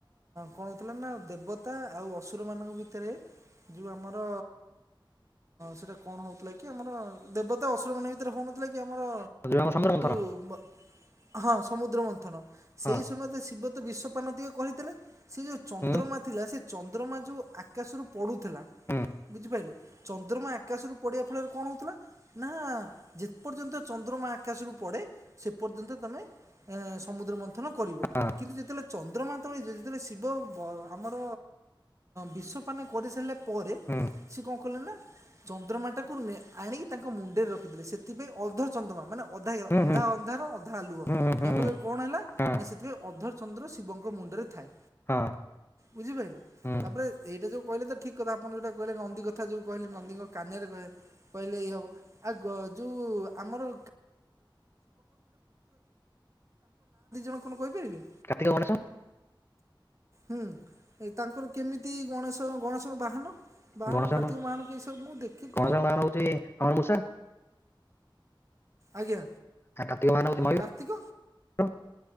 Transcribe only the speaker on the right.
କଣ ହଉଥିଲା ନା ଦେବତା ଆଉ ଅସୁର ମାନଙ୍କ ଭିତରେ ଯେଉଁ ଆମର ସେଇଟା କଣ ହଉଥିଲା କି? ଆମର ଦେବତା ଅସୁର ମାନଙ୍କ ଭିତରେ ହେଉନଥିଲା କି ଆମର
<unintelligible> ହଁ ସମୁଦ୍ର ମନ୍ଥନ
ସେଇ ସମୟରେ ଶିବତ ବିଶପାନ ଟିକେ କହିଥିଲେ ସେ ଯେଉ ଚନ୍ଦ୍ରମା
ଥିଲା ସେ ଚନ୍ଦ୍ରମା ଯେଉଁ ଆକାଶରୁ <unintelligible>
ବୁଝିପାରିଲେ ଚନ୍ଦ୍ରମା ଆକାଶରୁ ପଡ଼ିବା ଫଳରେ କଣ ହେଉଥିଲା ନା ଯେ ପର୍ଯ୍ୟନ୍ତ ଚନ୍ଦ୍ରମା ଆକାଶରୁ ପଡ଼େ ସେ ପର୍ଯ୍ୟନ୍ତ ତୁମେ ସମୁଦ୍ର ମନ୍ଥନ କରିବ
କିନ୍ତୁ ଯେତେବେଳେ ଚନ୍ଦ୍ରମା ତ ଯେତେବେଳେ ଶିବ ଆମର ବିଷପାନ କରିସାରିଲେ। ପରେ
ସିଏ କଣ କଲେ ନା ଚନ୍ଦ୍ରମାଟାକୁ ଆଣି ତାଙ୍କ ମୁଣ୍ଡରେ ରଖିଲେ ସେଥିପାଇଁ ଅର୍ଦ୍ଧ ଚନ୍ଦ୍ରମା ମାନେ ଅଧା ହେଇଗଲା
ଅଧା
ଅନ୍ଧାର ଅଧା ଆଲୁଅ।
ଯାହାଫଳରେ
କଣ ହେଲା
ନା ସେଥିପାଇଁ <unintelligible> ଚନ୍ଦ୍ର ଶିବଙ୍କ ମୁଣ୍ଡରେ ଥାଏ।
ବୁଝିପାରିଲେ।
ତାପରେ ଏଇଟା ଯୋଉ କହିଲେ ତ ଠିକ <unintelligible> କହିଲେ ନନ୍ଦୀ କଥା ଯୋଉ କହେ ନନ୍ଦୀଙ୍କ କାନରେ କହେ <unintelligible> ଆଉ ଯେଉଁ ଆମର <unintelligible>
ହୁଁ ଏ ତାଙ୍କର କେମିତି ଗଣେଶ ଗଣେଶଙ୍କ ବାହାନ? ବାହାନ
କାର୍ତ୍ତିକ
ବାହାନ କି ଏସବୁ ମୁଁ ଦେଖି
ଆଜ୍ଞା।
ଆଉ କାର୍ତ୍ତିକ